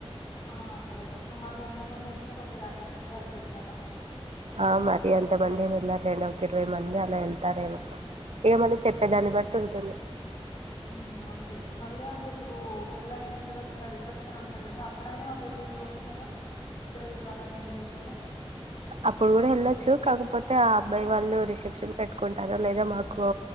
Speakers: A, on the left; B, on the right.
A: ఆ అదే కదా సుమారు ఎంత మంది వెళ్తారు ఒక యాభై మంది వరకు వెళ్తారా
B: ఆ మరి అంతమంది ఏమి వెళ్లారు రెం ఒక ఇరవై మంది అలా వెళ్తారేమో ఏమని చెప్పేదాన్ని బట్టి ఉంటుంది
A: హ్మ్ అంతే మళ్ళీ అంటే ఇప్పుడు పెళ్లి అయిపోయిన తరువాత ఇట్లా రిసెప్షన్ ఉంటది కదా అప్పుడైనా వాళ్ళు ఇల్లు చూడచ్చు కదా ఇప్పుడే ఇవ్వాలని ఏం లేదు కదా
B: అప్పుడు కూడా వెళ్ళొచ్చు కాకపోతే ఆ అబ్బాయి వాళ్ళు రిసెప్షన్ పెట్టుకుంటారా లేదా మాకు